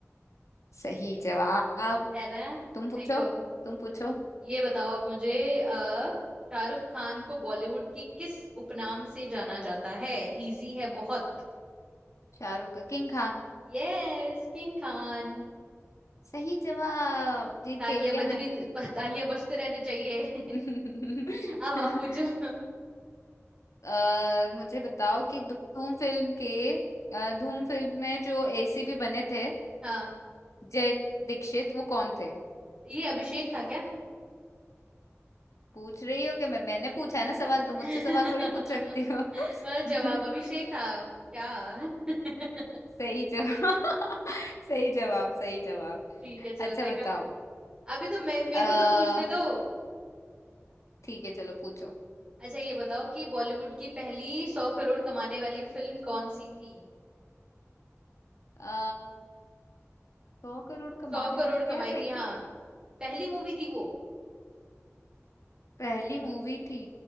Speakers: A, on the left; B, on the right.
A: सही जवाब
B: है ना
A: तुम पूछो
B: देखो
A: तुम पूछो
B: ये बताओ आप मुझे अ, शाहरुख खान को बॉलीवुड के किस उपनाम से जाना जाता है इजी है बहुत
A: शाहरुख का किंग खान
B: Yes king Khan
A: सही जवाब जीत
B: तालियां
A: गई क्या
B: बजनी
A: मैं
B: <laughs> तालियां बजते रहने चाहिए
A: <laughs>
B: <laughs> अब आप पूछो
A: अ, मुझे बताओ कि धूम फिल्म के अ, धूम फिल्म में जो एसीपी बने थे
B: हाँ
A: जय दीक्षित वो कौन थे
B: ये अभिषेक था क्या
A: पूछ रही हो कि मैं मैंने पूछा है ना सवाल तुम
B: <laughs>
A: मुझसे सवाल थोड़ी पूछ सकती हो
B: मतलब
A: <laughs>
B: जवाब अभिषेक था क्या <laughs>
A: सही जवाब <laughs> सही जवाब सही जवाब
B: ठीक है चलो
A: अच्छा
B: देखा
A: बताओ
B: अभी तो मे मेरे
A: अ
B: को तो पूछने दो
A: ठीक है चलो पूछो
B: अच्छा ये बताओ कि बॉलीवुड की पहली सौ करोड़ कमाने वाली फिल्म कौन सी थी
A: अ सौ करोड़ कमाने
B: सौ करोड़
A: वाले में
B: कमाई
A: यार मैं एक
B: थी
A: तो
B: हाँ पहली मूवी थी वो
A: पहली मूवी थी